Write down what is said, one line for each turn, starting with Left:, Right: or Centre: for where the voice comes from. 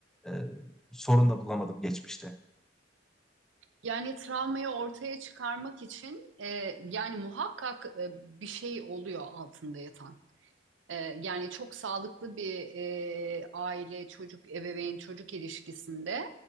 Centre: E, sorun da bulamadım geçmişte.
Right: Yani travmayı ortaya çıkarmak için e, yani muhakkak e, bir şey oluyor altında yatan. E, yani çok sağlıklı bir e, aile, çocuk, ebeveyn, çocuk ilişkisinde